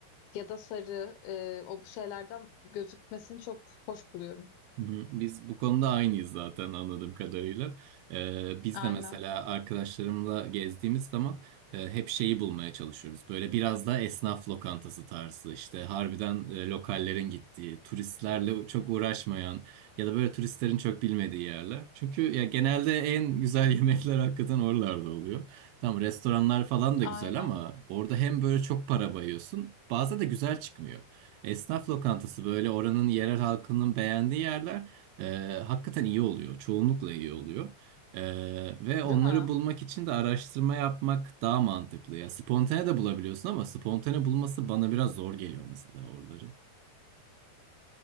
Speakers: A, on the left; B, on the right.
A: ya da sarı e, o bu şeylerden gözükmesini çok hoş buluyorum.
B: Hı hı. Biz bu konuda aynıyız zaten anladığım kadarıyla. Ee, biz
A: Aynen,
B: de mesela arkadaşlarımla gezdiğimiz zaman e, hep şeyi bulmaya çalışıyoruz. Böyle biraz daha esnaf lokantası tarzı işte harbiden e, lokallerin gittiği, turistlerle çok uğraşmayan ya da böyle turistlerin çok bilmediği yerler. Çünkü ya genelde en güzel <laughs> yemekler hakikaten oralarda oluyor. Tamam restoranlar falan da
A: aynen.
B: güzel ama orada hem böyle çok para bayıyorsun, bazen de güzel çıkmıyor. Esnaf lokantası böyle oranın yerel halkının beğendiği yerler e, hakikaten iyi oluyor. Çoğunlukla iyi oluyor. E, ve onları
A: Değil mi?
B: bulmak için de araştırma yapmak daha mantıklı ya. Spontane de bulabiliyorsun ama spontane bulması bana biraz zor geliyor mesela oraları.